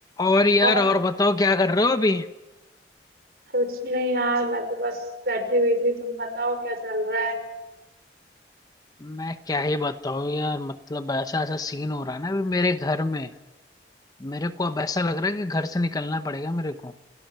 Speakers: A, on the left (about 20°); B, on the right (about 60°).
A: और यार
B: और
A: और बताओ क्या कर रहे हो अभी
B: कुछ नहीं यार मैं तो बस बैठी हुई थी तुम बताओ क्या चल रहा है
A: मैं क्या ही बताऊं यार मतलब ऐसा ऐसा सीन हो रहा है ना अभी मेरे घर में मेरे को अब ऐसा लग रहा है कि घर से निकलना पड़ेगा मेरे को